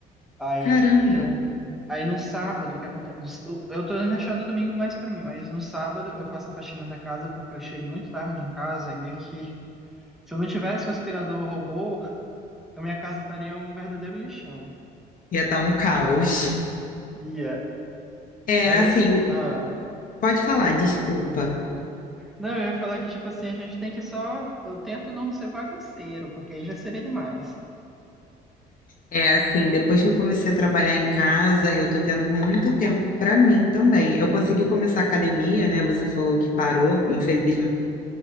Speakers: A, in the centre; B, on the left.
A: Aí,
B: Caramba,
A: aí no sábado, o que acontece? Eu eu tô deixando o domingo mais pra mim, mas no sábado eu faço a faxina da casa porque eu chego muito tarde em casa e meio que. Se eu não tivesse o aspirador robô, a minha casa estaria um verdadeiro lixão.
B: ia estar um caos.
A: Ia.
B: É
A: Mas,
B: assim,
A: as-
B: o-
A: ah,
B: pode falar, desculpa.
A: não, eu ia falar que, tipo assim, a gente tem que só. Eu tento não ser bagunceiro, porque aí já seria demais.
B: É assim, depois que eu comecei a trabalhar em casa, eu tô tendo muito tempo para mim também. Eu consegui começar a academia, né? Você falou que parou, infelizmente.